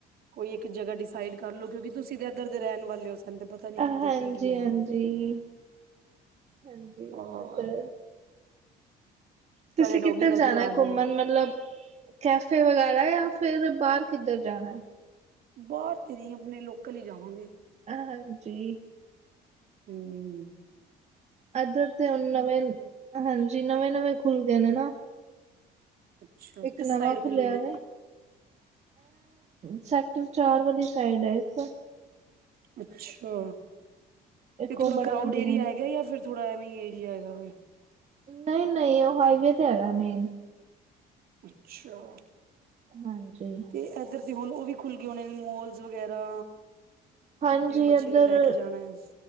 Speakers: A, on the right; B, on the right.
A: ਕੋਈ ਇੱਕ ਜਗ੍ਹਾ ਡਿਸਾਈਡ ਕਰ ਲ ਲੋ ਕਿਉਂਕਿ ਤੁਸੀਂ ਦੇ ਇੱਧਰ ਦੇ ਰਹਿਣ ਵਾਲੇ ਹੋ ਸਨੁਤੇ ਪਤਾ ਨੀ
B: ਹਾਂਜੀ
A: ਕਿੱਧਰ ਕੀ ਗਿਆ ਹੈ
B: ਹਾਂਜੀ ਹਾਂਜੀ
A: ਹੋਰ
B: ਅ ਤੁਸੀਂ
A: ਤੁਹਾਡੇ ਡੋਗੀ
B: ਕਿੱਧਰ
A: ਦਾ
B: ਜਾਣਾ
A: ਕੀ ਹਾਲ ਏ?
B: ਘੁੰਮਣ ਮਤਲਬ ਕੈਫੇ ਵਗੈਰਾ ਜਾਂ ਫਿਰ ਬਾਹਰ ਕਿੱਧਰ ਜਾਣਾ ਹੈ
A: ਬਾਹਰ ਤੇ ਨਹੀਂ ਆਪਣੇ ਲੋਕਲ ਹੀ ਜਾਵਾਂਗੇ
B: ਹਾਂਜੀ
A: ਹਮ
B: ਅੱਧਰ ਤੇ ਹੁਨ ਨਵੇਂ ਹਾਂਜੀ ਨਵੇਂ ਨਵੇਂ ਖੁੱਲ ਗਏ ਨੇ ਨਾ
A: ਅੱਛਾ
B: ਇੱਕ
A: ਕਿਸ
B: ਨਵਾਂ
A: ਸਾਈਡ ਖੁੱਲੇ
B: ਖੁੱਲਿਆ
A: ਨੇ
B: ਵ ਸੈਕਟਰ ਚਾਰ ਵਲੀ ਸਾਈਡ ਹੈ ਇੱਕ ਤਾਂ
A: ਅੱਛਾ
B: ਇੱਕ
A: ਤੇ ਥੋੜਾ
B: ਉਹ ਬੜਾ
A: ਕਰਾਊਡ
B: ਵਧੀਆ
A: ਏਰੀਆ ਹੈਗਾ ਜਾਂ ਫਿਰ ਥੋੜਾ ਐਵੇਂ ਏਰੀਆ ਹੈਗਾ
B: ਨਹੀਂ ਨਹੀਂ ਉਹ ਹਾਈਵੇ ਤੇ ਹੈਗਾ ਮੇਨ
A: ਅੱਛਾ
B: ਹਾਂਜੀ
A: ਤੇ ਇਧਰ ਤੇ ਹੁਣ ਉਹ ਵੀ ਖੁੱਲ ਗਈ ਉਹਣੇ ਮੋਲਸ ਵਗੈਰਾ
B: ਹਾਂਜੀ
A: ਜਿਵੇਂ ਬੱਚਿਆਂ
B: ਇੱਧਰ
A: ਨੂੰ ਲੈ ਕੇ ਜਾਣਾ ਆ